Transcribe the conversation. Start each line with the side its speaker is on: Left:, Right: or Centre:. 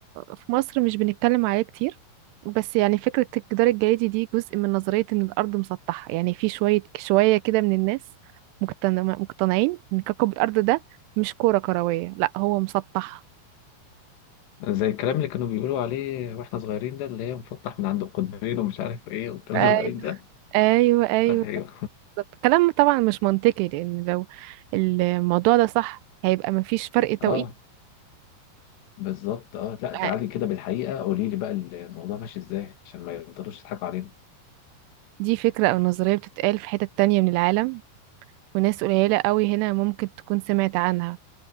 Right: في مصر مش بنتكلم عليه كتير بس يعني فكره الجدار الجليدي دي جزء من نظريه ان الارض مسطحه يعني في شويه شويه كده من الناس مقتن- مقتنعين ان كوكب الارض ده مش كره كرويه لا هو مسطح
Left: زي الكلام اللي كانوا بيقولوا عليه واحنا صغيرين ده اللي هي مفتح من عند القطبين ومش عارف ايه والكلام
Right: ايوه
Left: الغريب ده
Right: ايوه ايوه
Left: ايوه
Right: بالظبط كلام طبعا مش منطقي لان لو الموضوع ده صح هيبقى مفيش فرق
Left: <laughs>
Right: توقيت
Left: اه بالظبط اه لا
Right: ع-
Left: تعالي كده بالحقيقة قولي لي بقى الموضوع ماشي ازاي عشان ما يفضلوش يضحكوا علينا
Right: دي فكرة او نظرية بتتقال في حتت تانية من العالم وناس قليلة قوي هنا ممكن تكون سمعت عنها